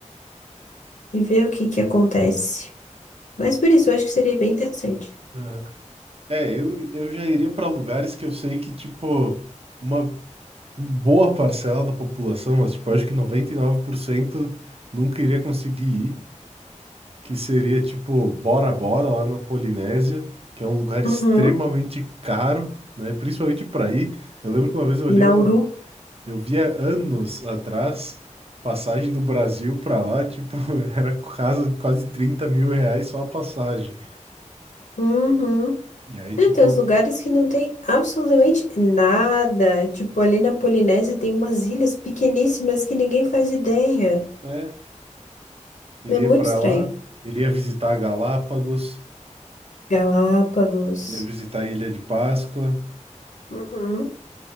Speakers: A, on the left (about 80°); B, on the right (about 50°).
A: E ver o que que acontece. Mas por isso, eu acho que seria bem interessante.
B: Aham. É, eu, eu já iria pra lugares que eu sei que, tipo, uma boa parcela da população, mas tipo, acho que 99% nunca iria conseguir ir, que seria tipo Bora Bora lá na Polinésia, que é um lugar extremamente
A: Uhum.
B: caro, né? Principalmente para ir. Eu lembro que uma vez eu olhei,
A: Nauru.
B: uma... eu via anos atrás passagem do Brasil para lá, tipo, <laughs> era quase quase 30 mil reais só a passagem.
A: Uhum.
B: E aí,
A: Não,
B: tipo,
A: tem uns lugares que não tem absolutamente nada. Tipo, ali na Polinésia tem umas ilhas pequeníssimas que ninguém faz ideia.
B: né? Iria
A: É muito
B: para
A: estranho.
B: lá, iria visitar Galápagos,
A: Galápagos.
B: iria visitar a Ilha de Páscoa.
A: Uhum.